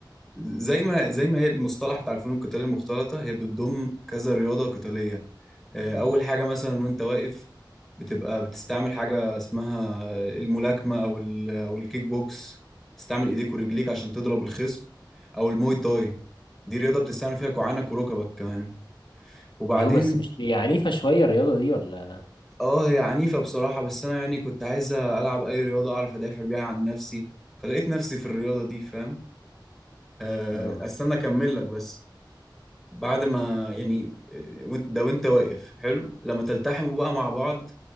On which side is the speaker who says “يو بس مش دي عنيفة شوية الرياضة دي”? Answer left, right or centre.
Left